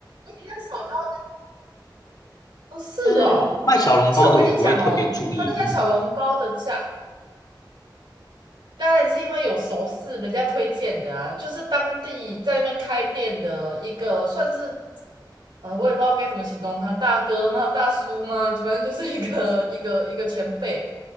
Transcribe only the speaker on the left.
就是卖小笼包的我不会特别注意。
嗯，